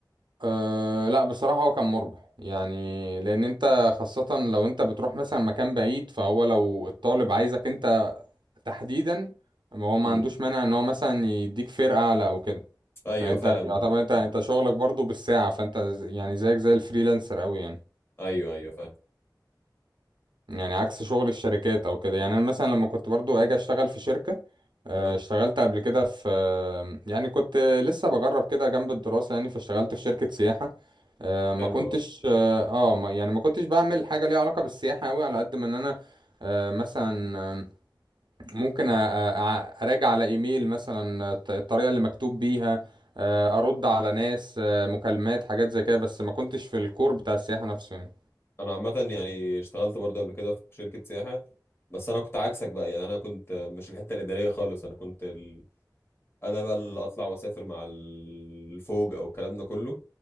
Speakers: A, on the right (about 80°); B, on the left (about 30°).
A: أه لا بصراحة هو كان مربح يعني لأن أنت خاصة لو أنت بتروح مثلا مكان بعيد فهو لو الطالب عايزك أنت تحديدا ما هو ما
B: امم
A: عندوش مانع إن هو مثلا يديك فرقة أعلى أو كده
B: ايوه
A: يعني انت
B: فاهم
A: يعتبر
B: الفكره
A: انت انت
B: دي
A: شغلك برضو بالساعة فانت ز- يعني زيك زي الفريلانسر قوي يعني
B: ايوه ايوه فاهم
A: يعني عكس شغل الشركات او كده يعني انا مثلا لما كنت برضو اجي اشتغل في شركة آه،
B: اه
A: اشتغلت قبل كده في آه، يعني كنت لسه بجرب كده جنب الدراسة يعني فاشتغلت في شركة سياحة آه، ما
B: حلو
A: كنتش اه آه، ما يعني ما كنتش بعمل حاجة ليها علاقة بالسياحة قوي على قد ما ان انا آه، مثلا ممكن أ- أ- اراجع على ايميل مثلا الط- الطريقه اللي مكتوب بيها آه، ارد على ناس آه، مكالمات حاجات زي كده بس ما كنتش في الكور بتاع السياحه نفسه يعني
B: انا عامه يعني اشتغلت برضه قبل كده في شركه سياحه بس انا كنت عكسك بقى يعني انا كنت مش الحته الاداريه خالص انا كنت ال... انا بقى اللي اطلع واسافر مع الفوج او الكلام ده كله